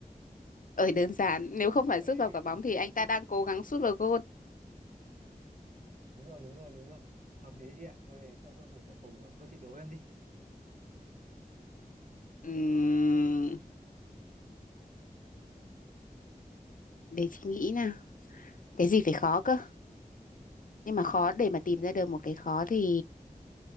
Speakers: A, on the left; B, on the right.
A: ở đơn giản nếu không phải
B: Ôi,
A: sút vào quả bóng thì anh ta đang cố gắng sút vào gôn
B: Đúng rồi đúng rồi đúng rồi Hợp lý chị ạ Thôi thì tao cơm bục khẩu phục rồi Thôi chị đố em đi
A: Ừm, để chị nghĩ nào cái gì phải khó cơ nhưng mà khó để mà tìm ra được một cái khó thì